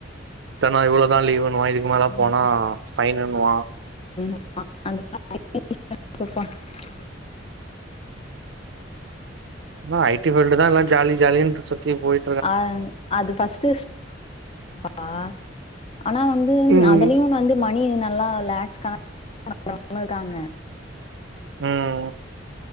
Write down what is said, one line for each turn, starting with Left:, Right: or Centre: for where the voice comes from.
Right: இத்தன்னா இவ்வளவுதா லீவுன்னுவா இதுக்கு <unintelligible>
Left: ம்
Right: போனா ஃபைன்னுவா
Left: <inaudible>
Right: எல்லா ஐ டி ஃபீல்ட் தா எல்லா ஜாலி ஜாலின்ட்டு சுத்தி போயி
Left: அ அது ஃபர்ஸ்ட் <inaudible> அனா வந்து
Right: ம்
Left: அதுலயு வந்து மணி நல்லா லேக்ஸ் <inaudible> இருக்காங்க
Right: ம்